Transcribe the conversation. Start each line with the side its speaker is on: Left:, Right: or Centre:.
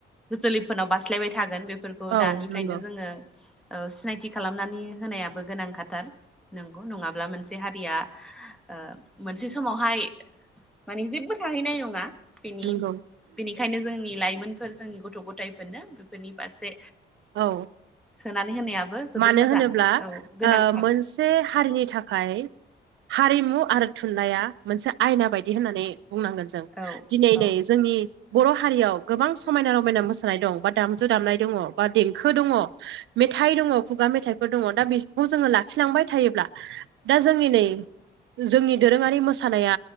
Centre: जोलैफोरनाव बास्लायबाय थागोन बेफोर खौ
Right: औ
Centre: दानिफ्रायनो
Right: नंगौ
Centre: जोङो ओ सिनायथि खालामनानै होनायाबो गोनांखाथार। नोंगौ नङाब्ला मोनसे हारिया ओ मोनसे समावहाय माने जेब्बो थाहैनाय नङा बेनि
Right: नंगौ
Centre: बेनिखायनो जोंनि लाइमोन फोर जोंनि गथ' गथायाइफोरनो बेफोरनि फारसे
Right: औ
Centre: सोनानै होनायाबो जोबोद
Right: मानो
Centre: मोजां।
Right: होनोब्ला ओ
Centre: औ गोनांथार
Right: मोनसे हारिनि थाखाय हारिमु आरो थुनलाइया मोनसे आयना बायदि होननानै बुंनांगोन जों।
Centre: औ
Right: दिनै
Centre: औ
Right: नै जोंनि बर' हारियाव गोबां समायना रमायना मोसानाय दं बा दामजु दामनाय दङ बा देंखो दङ मेथाइ दङ खुगा मेथाइफोर दङ दा बेखौ जोङो लाखिलांबाय थायोब्ला दा जोंनि नै जोंनि दोरोङारि मोसानाया